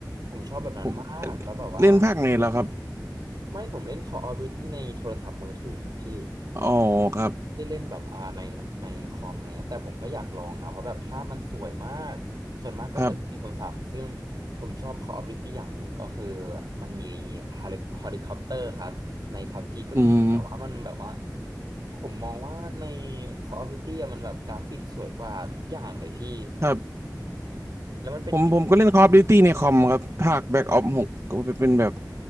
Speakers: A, on the right; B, on the right.
A: ผมชอบแบบนั้นมาก
B: ผม
A: แล้วแบบว่า
B: เล่นภาคไหนแล้วครับ
A: ไม่ผมเล่น Call of Duty ในโทรศัพท์มือถือครับพี่
B: อ๋อครับ
A: ได้เล่นแบบอ่าในในคอมอะไรเงี้ยแต่ผมก็อยากลองนะเพราะแบบภาพมันสวยมากส่วนมากก็จะเล่นในโทรศัพท์ซึ่งผมชอบ
B: ครับ
A: Call of Duty อย่างหนึ่งก็คือมันมีเฮลิเฮลิคอปเตอร์ครับใน PUBG ก็มีแต่ว่ามันแบบว่า
B: อืม
A: ผมมองว่าใน Call of Duty อะมันแบบกราฟิกสวยกว่าทุกอย่างเลยพี่
B: ครับ
A: แล้วมันเป็นเกม
B: ผมผมก็เล่นคอลดิวตี้ในคอมครับภาคแบ็กออฟหกก็เป็นแบบ